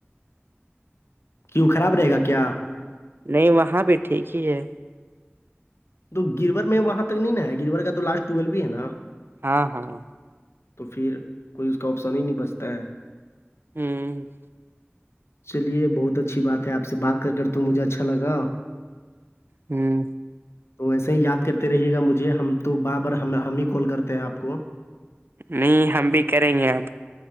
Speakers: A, on the left; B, on the right.
A: کیوں خراب رہے گا کیا
B: نہیں وہاں پہ ٹھیک ہی ہے
A: تو گرور میں وہاں تک نہیں نا ہے گرور کا تو لاسٹ ٹویل بھی ہے نا
B: ہاں ہاں
A: تو پھر کوئی اس کا آپسن ہی نہیں بچتا ہے
B: ہوں
A: چلیے بہت اچھی بات ہے آپ سے بات کر کر تو مجھے اچھا لگا
B: ہوں
A: تو وسے ہی یاد کرتے رہیے گا مجھے ہم تو بار بار ہم ہی کال کرتے ہیں آپ کو
B: نہیں ہم بھی کریں گے اب